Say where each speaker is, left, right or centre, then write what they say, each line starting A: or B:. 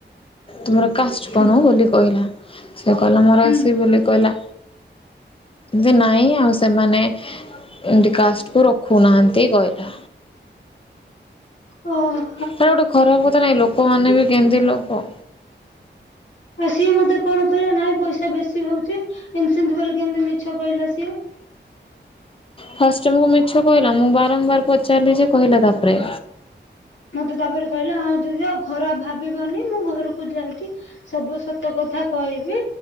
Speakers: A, on the left (about 30°); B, on the left (about 80°).
A: ତୁମର। କାଷ୍ଟ
B: ହୁଁ
A: କଣ ବୋଲି କହିଲା। ସେ କହିଲା ମୋର
B: ହୁଁ
A: ଆସିବି ବୋଲି କହିଲା। <unintelligible> ନାଇଁ ଆଉ ସେମାନେ? ଏମିତି କାଷ୍ଟ୍ କୁ ରଖୁନାହାନ୍ତି କହିଲା।
B: <unintelligible>
A: ଆରେ ଗୋଟେ ଖରାପ କଥା ନାଇଁ ଲୋକମାନୋନେ ବି କେମିତି ଲୋକ
B: ଆଉ ସିଏ ମତେ କଣ କହିଲା ନାଇଁ ପଇସା ବେଶ। ସିଏ ହଉଛି ଏମିତି ସେମିତି ବୋଲି କେମିତି ମିଛ କହିଲା ସିଏ।
A: ଫାଷ୍ଟମୁ ମିଛ କହିଲା ମୁଁ ବାରମ୍ବାର ପଚାରିଲି ଯେ କହିଲା ତାପରେ।
B: ମତେ ତାପରେ କହିଲା ହଁ ଦିଦି ଆଉ ଖରାପ ଭାବିବନି ମୁଁ ଘରକୁ ଯାଇକି ସବୁ ସତ କଥା କହିବି